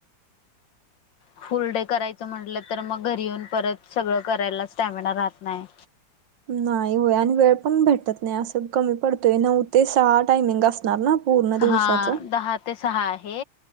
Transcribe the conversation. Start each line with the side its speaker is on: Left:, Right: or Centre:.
Left: फुल डे करायचं म्हटलं तर मग घरी येऊन परत सगळं करायला स्टॅमिना राहत नाही
Right: नाही होय आणि वेळ पण भेटत नाही असं कमी पडतोय नऊ ते सहा टायमिंग असणार ना पूर्ण दिवसाचं
Left: हा दहा ते सहा आहे